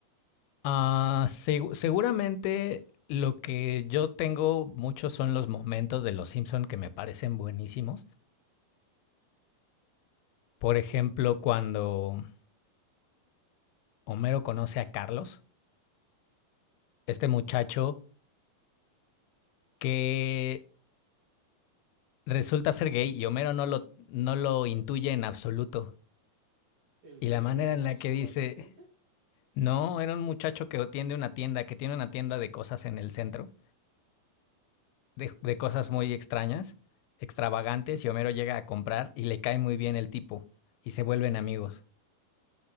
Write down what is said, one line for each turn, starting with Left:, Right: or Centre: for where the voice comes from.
Left: Ah, seg- seguramente lo que yo tengo mucho son los momentos de Los Simpson que me parecen buenísimos. Por ejemplo, cuando Homero conoce a Carlos, este muchacho que resulta ser gay y Homero no lo, no lo intuye en absoluto.
Right: El
Left: Y
Right: que
Left: la manera
Right: era como
Left: en la
Right: su
Left: que dice,
Right: asistente.
Left: no, era un muchacho que tiene una tienda, que tiene una tienda de cosas en el centro, de, de cosas muy extrañas, extravagantes, y Homero llega a comprar y le cae muy bien el tipo, y se vuelven amigos.